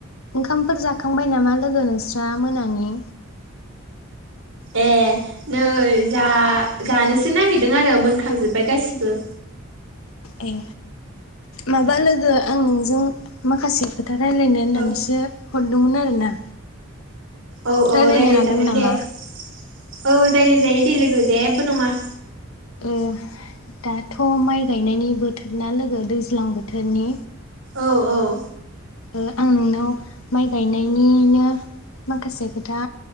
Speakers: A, on the left; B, on the right.
A: ओंखामफोर जाखांबाय नामा लोगो नोंस्रा मोनानि?
B: ए नै जा जानोसो नागिरदों आरो मोनखांजोब्बाय गासिबो
A: ए माबा लोगो आं नोंजों माखासे खो था रायलायनो होननानैसो
B: औ
A: हरदोंमोन आरोना
B: औ
A: रायलायनो
B: औ रायज्लाय
A: हागोन
B: जागोन
A: नामा?
B: दे औ रायलाय जायो दे लोगो जेबो नङा
A: ओ दाथ' माइ गायनायनि बोथोर ना लोगो दैज्लां बोथोरनि
B: औ औ
A: उम आं नोंनाव माइ गायनायनिनो माखासे खोथा